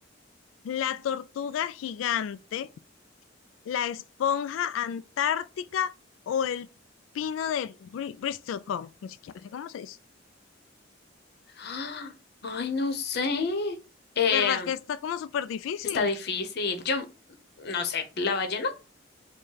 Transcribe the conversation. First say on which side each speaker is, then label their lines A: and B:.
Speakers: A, on the left (about 80°); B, on the left (about 55°).
A: la tortuga gigante la esponja antártica o el pino de Bri- Bristol Cone, ni siquiera sé cómo se dice.
B: ¡Ah! Ay, no sé. Eh,
A: ¿Verdad que está como súper difícil?
B: está difícil. Yo no sé. ¿La ballena?